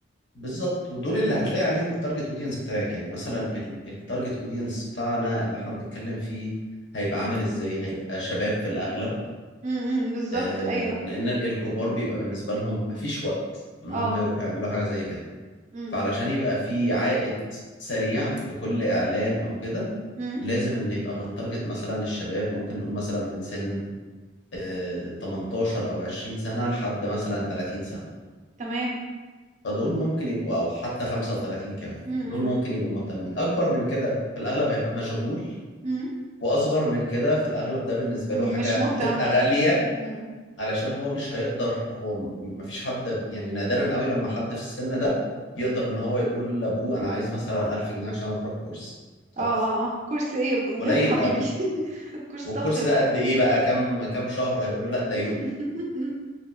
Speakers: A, on the left (about 65°); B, on the right (about 40°).
A: بالظبط ودول اللي هتلاقي عليهم التارجت اودينس بتاعك يعني مثلا التارجت اودينس بتاعنا اللي احنا بنتكلم فيه هيبقى عامل ازاي هيبقى شباب في الاغلب
B: امم بالظبط
A: آه
B: ايوه
A: لان الكبار بيبقى بالنسبة لهم مفيش وقت ان
B: اه
A: هم يروحوا يعملوا حاجة زي كده
B: امم
A: فعلشان يبقى في عائد سريع لكل اعلان او كده
B: امم
A: لازم ان يبقى بنتارجت مثلا الشباب ممكن نقول مثلا من سن آه، 18 او 20 سنة لحد مثلا 30 سنة
B: تمام
A: فدول ممكن يبقوا او حتى 35 كمان
B: امم
A: دول ممكن يبقوا مهتمين اكبر من كده في الاغلب هيبقى مشغول
B: امم
A: واصغر من كده في الاغلب ده بالنسبة
B: مش
A: له حاجة
B: مهتم
A: هتبقى غالية
B: امم
A: علشان هو مش هيقدر هو م- مفيش حد يعني نادرا قوي لما حد في السن ده يقدر ان هو يقول لابوه انا عايز مثلا 1000 جنيه عشان اروح كورس طبخ
B: اه اه آه. كورس ايه يا ب- <laughs>
A: قليل
B: يا حبيبي
A: قوي
B: <laughs> كورس
A: والكورس
B: طبخ يا
A: ده
B: بابا
A: قد ايه بقى كام كام شهر هيقول له لا ده
B: <laughs>
A: يوم